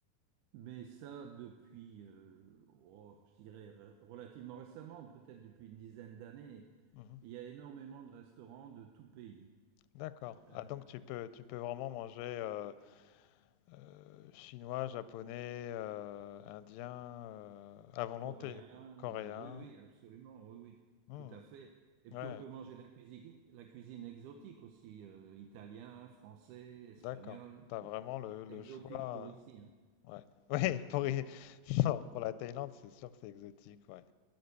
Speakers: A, on the right; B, on the left.
A: mais ça depuis, euh, oh, je dirais re- relativement récemment, peut-être depuis une dizaine d'années,
B: Mhm.
A: il y a énormément de restaurants de tout pays.
B: D'accord.
A: Euh,
B: Ah donc tu peux tu peux vraiment manger euh, euh, chinois, japonais, euh, indien euh, à volonté,
A: coréen.
B: enfin, coréen.
A: euh, oui, oui, absolument. Oui, oui,
B: Hmm,
A: tout à fait. Et
B: Ouais,
A: puis on peut manger la cuisine, la cuisine exotique aussi, euh, italien, français, espagnol.
B: d'accord. T'as vraiment le, le
A: Exotique
B: choix.
A: pour ici, hein.
B: Ouais, <laughs> ouais,
A: Hein,
B: pour, y- <laughs> pour, pour la Thaïlande, c'est sûr que c'est exotique, ouais.